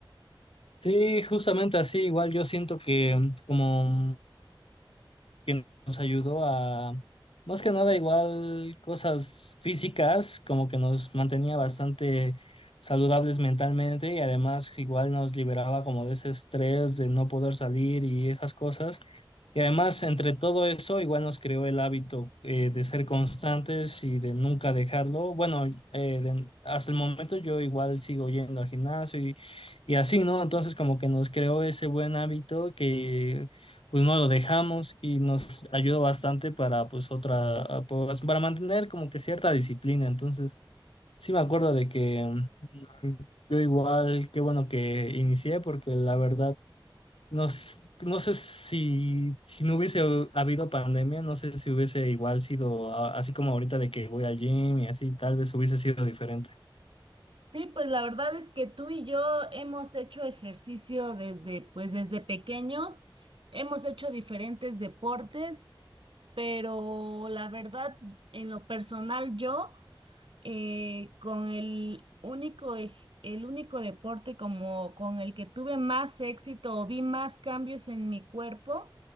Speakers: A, on the left; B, on the right.
A: Sí, justamente así, igual yo siento que mm, como que nos ayudó a, más que nada igual cosas físicas, como que nos mantenía bastante saludables mentalmente y además igual nos liberaba como de ese estrés de no poder salir y esas cosas. Y además, entre todo eso, igual nos creó el hábito eh, de ser constantes y de nunca dejarlo. Bueno, eh, de- hasta el momento yo igual sigo yendo al gimnasio y, y así, ¿no? Entonces, como que nos creó ese buen hábito que pues no lo dejamos y nos ayudó bastante para pues otra, a- pues, para mantener como que cierta disciplina. Entonces, sí me acuerdo de que mm, yo igual, qué bueno que inicié porque la verdad no, no sé si, si no hubiese habido pandemia, no sé si hubiese igual sido a- así como ahorita de que voy al gym y así, tal vez hubiese sido diferente.
B: Sí, pues la verdad es que tú y yo hemos hecho ejercicio desde, pues desde pequeños, hemos hecho diferentes deportes. pero la verdad, en lo personal, yo eh, con el único, ej- el único deporte como con el que tuve más éxito o vi más cambios en mi cuerpo